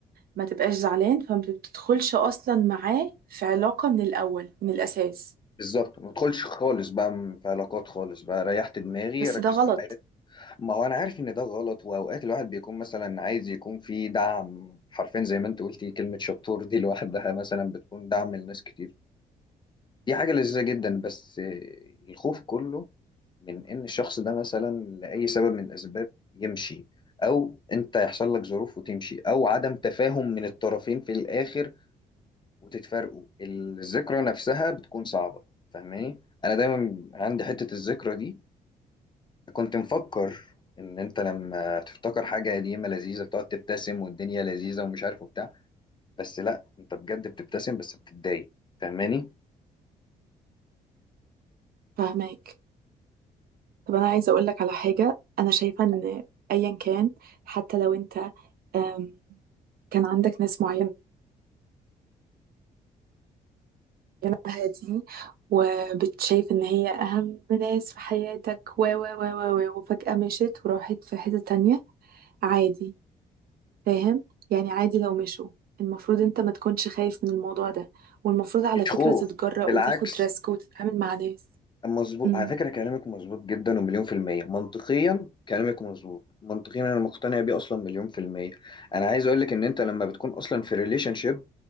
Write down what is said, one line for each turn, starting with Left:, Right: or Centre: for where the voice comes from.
Right: ما تبقاش زعلان فما بتدخلش أصلا معاه في علاقة من الأول من الأساس
Left: بالظبط ما ادخلش خالص بقى في علاقات خالص بقى ريحت دماغي
Right: بس
Left: ركز
Right: ده غلط
Left: في حياتي ما هو انا عارف ان ده غلط واوقات الواحد بيكون مثلا عايز يكون في دعم حرفيا زي ما انت قلتي كلمه شطور دي لوحدها مثلا بتكون دعم لناس كتير دي حاجة لذيذة جدا بس الخوف كله من إن الشخص ده مثلا لأي سبب من الأسباب يمشي أو أنت يحصل لك ظروف وتمشي أو عدم تفاهم من الطرفين في الآخر وتتفارقوا الذكرى نفسها بتكون صعبة فاهماني؟ أنا دايما عندي حتة الذكرى دي كنت مفكر إن أنت لما تفتكر حاجة قديمة لذيذة بتقعد تبتسم والدنيا لذيذة ومش عارف وبتاع بس لأ أنت بجد بتبتسم بس بتتضايق فاهماني؟
Right: فهماك طب أنا عايزة أقولك على حاجة أنا شايفة إن أيا كان حتى لو أنت أم، كان عندك ناس معينة معاها دي وبتشايف ان هي اهم ناس في حياتك و و و و و وفجأة مشيت وراحت في حتة تانية عادي فاهم يعني عادي لو مشوا المفروض انت ما تكونش خايف من الموضوع ده والمفروض على
Left: مش
Right: فكرة
Left: خوف
Right: تتجرأ
Left: بالعكس
Right: وتاخد ريسك وتتعامل مع ناس
Left: مظبوط
Right: امم
Left: على فكرة كلامك مظبوط جدا ومليون في المية منطقيا كلامك مظبوط منطقيا أنا مقتنع بيه أصلا مليون في المية أنا عايز أقولك إن أنت لما بتكون أصلا في ريليشن شيب